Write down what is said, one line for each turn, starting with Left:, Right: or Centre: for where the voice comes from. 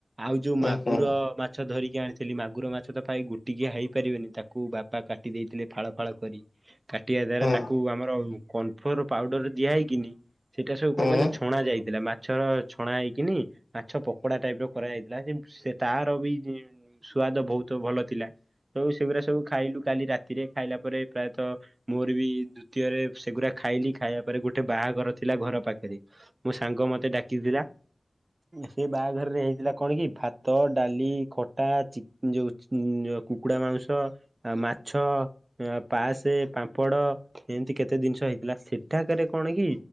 Right: ଆଉ ଯୋଉ ମାଗୁର
Left: ହୁଁ
Right: ମାଛ ଧରିକି ଆଣିଥିଲି ମାଗୁର ମାଛ ତ ପାଇ ଗୋଟିକିଏ ହେଇପାରିବେନି ତାକୁ ବାପା କାଟି ଦେଇଥିଲେ ଫାଳ ଫାଳ କରି କାଟିବା ଦ୍ଵାରା
Left: ହୁଁ
Right: ତାକୁ ଆମର କନଫ୍ଲୋର ପାଉଡର ଦିଆ ହେଇକିନି ସେଇଟା ସବୁ କଣ
Left: ହୁଁ
Right: କହିଲ
Left: ହୁଁ
Right: ହେଇଥିଲା ମାଛର ଛଣା ହେଇକିନି ମାଛ ପକୋଡା ଟାଇପର କରାଯାଇଥିଲା ସେ ସେ ତାର ବି ସୁଆଦ ବହୁତ ଭଲ ଥିଲା ତୁ ସେଗୁଡା ସବୁ ଖାଇଲୁ କାଲି ରାତି ରାତିରେ ଖାଇଲା ପରେ ପ୍ରାୟତଃ ମୋର ବି ଦ୍ଵିତୀୟରେ ସେଗୁଡ଼ା ଖାଇଲି, ଖାଇବା ପରେ ଗୋଟେ ବାହାଘର ଥିଲା ଘର ପାଖରେ ମୋ ସାଙ୍ଗ ମତେ ଡାକିଥିଲା। ସେ ବାହାଘରରେ ହେଇଥିଲା କଣ କି ଭାତ, ଡାଲି, ଖଟା ଯୋଉ କୁକୁଡ଼ା ମାଉଁସ, ମାଛ, ପାଆସ, ପାମ୍ପଡ଼ ଏମିତି କେତେ ଜିନିଷ ହେଇଥିଲା ସେଠାକରେ କଣ କି